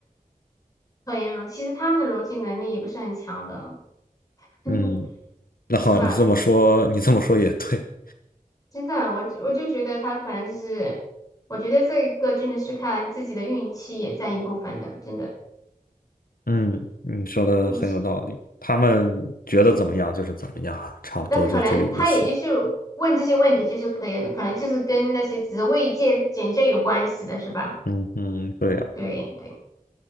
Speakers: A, on the left (about 25°); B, on the left (about 85°).
A: 可言逻，其实他们的逻辑能力也不是很强的，<laughs>
B: 嗯，那好，
A: 是吧？
B: 你这么说，你这么说也对。
A: 真的，我我就觉得他可能就是，我觉得这个真的是看自己的运气也占一部分的，真的
B: 嗯，你说的很有道理。
A: 运气。
B: 他们觉得怎么样就是怎么样啊，差不多就这个意思。
A: 那可能他也就是问这些问题，就是可以，可能就是跟那些职位介简介有关系的，是吧？
B: 嗯嗯，对呀，
A: 对对。